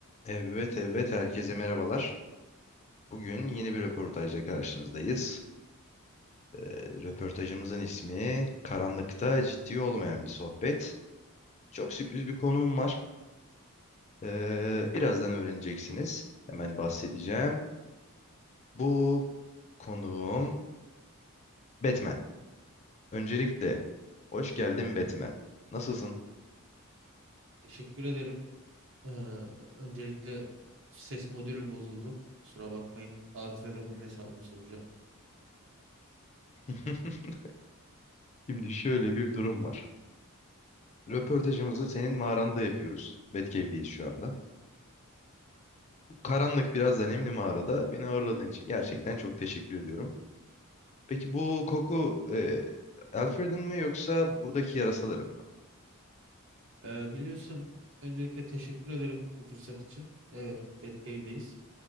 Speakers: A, on the left (about 30°); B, on the right (about 60°).
A: Evet evet herkese merhabalar. Bugün yeni bir röportajla karşınızdayız. Ee, röportajımızın ismi Karanlıkta Ciddi Olmayan Bir Sohbet. Çok sürpriz bir konuğum var. Ee, birazdan öğreneceksiniz. Hemen bahsedeceğim. Bu konuğum Batman. Öncelikle hoş geldin Batman. Nasılsın?
B: Teşekkür ederim. Ee, öncelikle ses modülüm bozuldu. Kusura bakmayın. Alfred'e bunun hesabını soracağım.
A: <laughs> Şimdi şöyle bir durum var. Röportajımızı senin mağaranda yapıyoruz. Batcave'deyiz şu anda. karanlık biraz da nemli mağarada beni ağırladığın için gerçekten çok teşekkür ediyorum. Peki bu koku e, Alfred'in mi yoksa buradaki yarasaların mı?
B: Ee, biliyorsun öncelikle teşekkür ederim bu fırsat için. Evet, Batcave'deyiz.